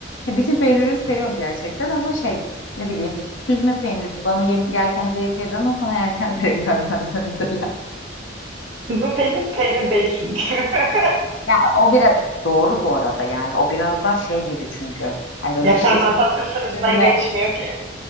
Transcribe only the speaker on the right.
Süzme <laughs> peynir peynir değil çünkü. <laughs>
Ya
fermentasyon
sürecinden
geçmiyor ki.